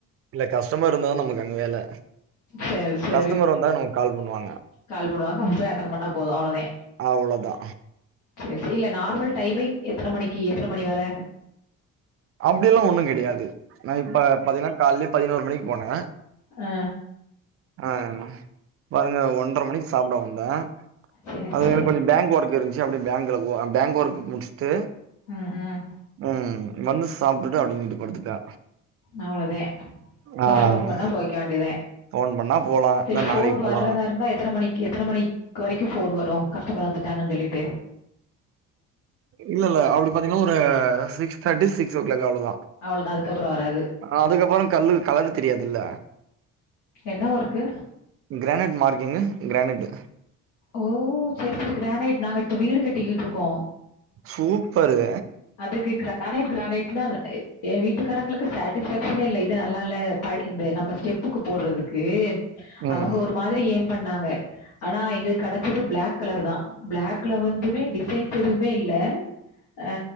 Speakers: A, on the right; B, on the left.
A: இல்ல கஸ்டமர் இருந்தாதா நமக்கு அங்க வேல
B: சேரி சேரி
A: கஸ்டமர் வந்தா நமக்கு கால் பண்ணுவாங்க
B: கால் பண்ணுவாங்க அப்பபோய் அட்டன் பண்ணா போது அவ்ளதே
A: அவ்ளோதா
B: சேரி சேரி இல்ல நார்மல் டைமிங் எத்தன மணிக்கி எத்தன மணி வர
A: அப்டியல்லா ஒன்னு கெடையாது நா இப்ப பாத்தீங்கன்னா கால்லேயே பதினோரு மணிக் போனே
B: அ
A: அ பாருங்க ஒன்ற மணிக் சாப்ட வந்தே
B: சேரி
A: அது
B: சேரி
A: எனக்கு கொஞ்ச பேங்க் ஒர்க் இருந்ச்சு அப்டியே பேங்க்ல போ பேங்க் ஒர்க் முடுஸ்ட்டு
B: ம் ம்
A: ம் வந்து சாப்டுட்டு அப்டியே வீட்டு படுத்துட்டே
B: அவ்ளோதே இப்ப
A: ஆ
B: ஃபோன் பண்ணா போய்க்க வேண்டிதே
A: ஃபோன் பண்ணா போலா
B: சரி
A: இல்ல
B: ஃபோன்
A: நாளைக்கு போலா
B: வர்றதா இருந்தா எத்தன மணிக்கி எத்தன மணி வரைக்கு ஃபோன் வரு கஸ்டமர் வந்துட்டாங்கன் சொல்லிட்டு
A: இல்ல இல்ல அப்டி பாத்தீங்ன்னா ஒரு six thirty six o'clock அவ்ளதா
B: அவ்ளதா அதுக்கப்பறோ வராது
A: அதுக்கப்பறோ கல்லு கலரு தெரியாதுல்ல
B: என்ன ஒர்க்கு
A: கிரானட் மார்கிங்கு கிரானட்டு்
B: ஓ சரி சரி கிரானைட் நாங்க இப்ப வீடு கட்டிக்கிட்ருக்கோ
A: சூப்பரு
B: அதுக்கு கிரானைட் கிரானைட்னா ஏ வீட்டுக்காரங்களுக்கு சாட்டிஸ்ஃபேக்க்ஷனே இல்ல இது நல்லா இல்ல படி இந்த நம்ம ஸ்டெப்புக்கு போட்றதுக்கு
A: ம்
B: அவங்க ஒரு மாரி ஏம் பண்ணாங்க ஆனா எங்க கெடச்சது பிளாக் கலர் தா பிளாக்ல வந்துனே டிசைன்ஸ் எதுமே இல்ல அ